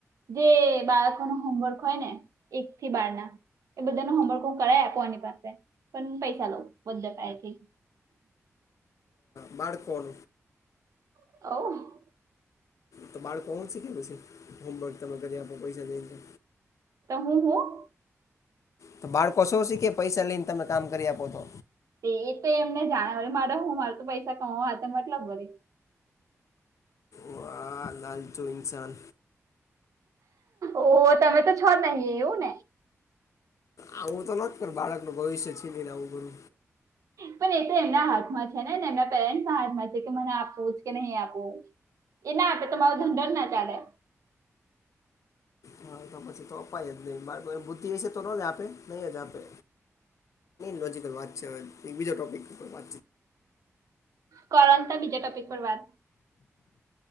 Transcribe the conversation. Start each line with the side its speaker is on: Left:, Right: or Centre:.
Right: જે બાળકો ન હોમવર્ક હોય ને એક થી બાર ના એ બધા ન હોમવર્ક હું કરાય આપું આની પાસે પણ પૈસા લઉ બધા પાએ થી.
Left: માકોણ
Right: હવ.
Left: તો બાળકો પહોંચી કે પછી હોમવર્ક તમે કરી આપો પૈસા દઈને
Right: તમુ હું
Left: તો બાળકો શો શીખે પૈસા લઈને તમે કામ કરી આપો તો
Right: એ તો એમને જાણે મારે હું મારે તો પૈસા કણ મતલબ મરી
Left: ઓ આ લાલચુ ઈન્સાન.
Right: ઓ તમે તો છો નહી એવું ને
Left: આવું તો ન પણ બાળકનું ભવિષ્ય છે આવું કરો.
Right: પણ એ તો એમના હાથમાં છે નેને એમના પેરેન્ટ્સ ના હાથમાં છે કે મને આપવું જ કે નહી આપવું. એ ના આપે તમારો ધનંધન ના ચાલે.
Left: હા તો પછી તો અપાય જ નહી મા બુદ્ધિ હશે તો ન જ આપે નહી જ આપે લોકલ વાત છે બીજા ટોપિક વાત
Right: કરણતા બીજા ટપિક પર વાત